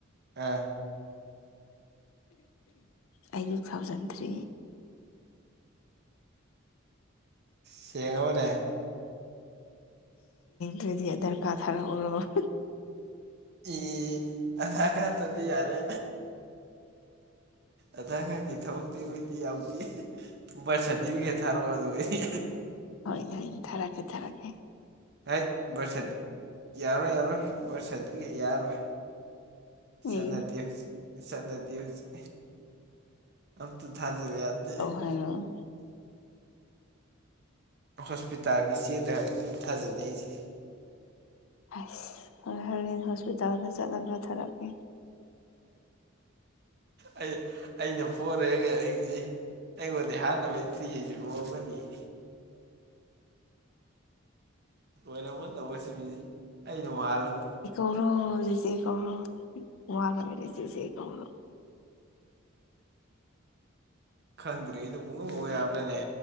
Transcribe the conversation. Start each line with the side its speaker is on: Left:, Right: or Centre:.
Right: ꯑꯥ
Left: ꯑꯩ ꯇꯨ ꯊꯥꯎꯖꯟ ꯊ꯭ꯔꯤ
Right: ꯁꯦꯡꯕꯅꯦ
Left: ꯗꯗꯤ ꯗꯔꯀꯥꯊꯔ ꯑꯣꯏ
Right: ꯏ ꯑꯗꯀ ꯇꯗꯤ ꯌꯥꯔꯦ ꯑꯗ ꯈꯥꯀꯤ ꯊꯕꯛꯇꯛꯇꯕꯗꯤ ꯑꯇ ꯎꯚꯥꯏ ꯁꯥꯗꯤꯤꯕꯤꯒꯦ ꯊꯥꯔꯛꯑꯣ ꯑꯗꯨꯣ ꯑꯩ
Left: ꯍ ꯍ ꯊꯥꯔꯥꯀꯦ ꯊꯔꯥꯀꯦ
Right: ꯍ ꯚꯔꯁ ꯌꯥꯔꯣꯏ ꯌꯥꯔꯣꯏ ꯕꯔꯁꯠꯇꯒꯤ ꯌꯥꯔꯣꯏ ꯁꯥꯟꯅꯗ
Left: ꯑꯦ
Right: ꯍꯧꯖꯤꯛ ꯁꯥꯟꯅꯇ ꯍꯧꯖꯤꯛ ꯑꯝꯇ ꯊꯥꯖꯕ ꯌꯥꯗꯗꯤ
Left: ꯑ
Right: ꯍꯣꯁꯄꯤꯇꯥꯜꯒꯤ ꯆꯦꯗ ꯑꯗꯨ ꯊꯥꯖꯅꯏꯁꯦ
Left: ꯑꯁ ꯍꯣꯏ ꯍꯣꯔꯦꯟ ꯍꯣꯁꯄꯤꯇꯥꯜꯗ ꯆꯠꯂꯒ ꯊꯥꯔꯛꯀꯦ
Right: ꯑꯩ ꯑꯩꯅ ꯄꯣꯔꯛꯑꯒ ꯑꯩꯁꯤ ꯑꯩꯉꯣꯟꯗꯤ ꯍꯥꯟꯅꯩ ꯊꯤꯁꯤ ꯐꯣꯛꯑ ꯑꯃꯅꯤꯅꯤ ꯂꯣꯏꯔꯝꯃ ꯇꯧꯕꯣꯏ ꯁꯤꯃꯤꯁꯦ ꯑꯩꯅ ꯋꯥꯜꯂꯝꯅꯤ
Left: ꯧꯔꯣ ꯨꯖꯦ ꯀꯧꯔ ꯋꯥꯒꯕꯗꯤ ꯨꯖꯦ ꯀꯧꯔ
Right: ꯈꯟꯔꯤ ꯏ ꯄꯨꯡꯉ ꯌꯥꯎ꯭ꯔꯦꯅꯦ